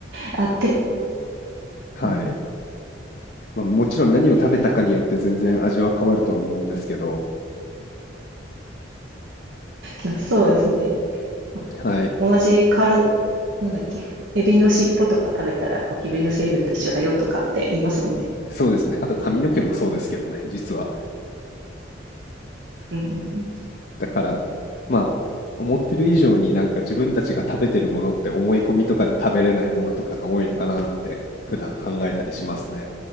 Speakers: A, on the right (about 70°); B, on the left (about 50°).
A: あって、
B: はい、
A: うんうん
B: まあ、もちろん何を食べたかによって全然味は変わるとは思うんですけど
A: えーはい。まあそうですね。まあ、でも、
B: はい
A: 同じ体、なんだっけ、エビの尻尾とか食べたらゴキブリの成分と一緒だよとかって言いますもんね。
B: そうですねあと髪の毛もそうですけどね実は
A: うんうん
B: だからまあ思ってる以上になんか自分たちが食べてるものって思い込みとかで食べれないものとかが多いのかななんて普段考えたりしますね